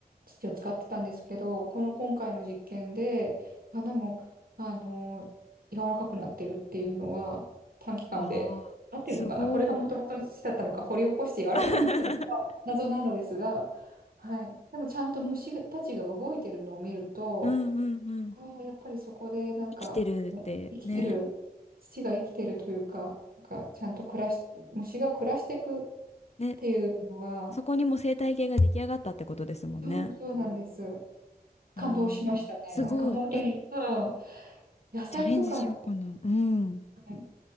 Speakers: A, on the right (about 65°); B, on the left (about 40°).
A: 土を使ってたんですけど、この今回の実験で、花も、あの、柔らかくなってるっていうのは、短期間で、
B: ああ、
A: 合ってるのかなこれがもともとの土だったのか、
B: すごい。
A: 掘り起こして柔らかくなったのか、
B: <laughs>
A: 謎なのですが、はい。でもちゃんと虫たちが動いてるのを見ると、
B: うん、うん、うん。
A: ああ、やっぱりそこでなんか、
B: 生きてるってね。
A: ね、生きてる、土が生きてるというか、なんかちゃんと暮らし、虫が暮らしていくっ
B: ね、
A: ていうのが、
B: そこにも生態系が出来上がったってことですもんね。
A: そうそうなんです。感動しましたね。
B: ああ、すごい。
A: なんか本当に、
B: え、
A: うん。野菜とかの
B: チャレンジしようかな。うん。
A: ね、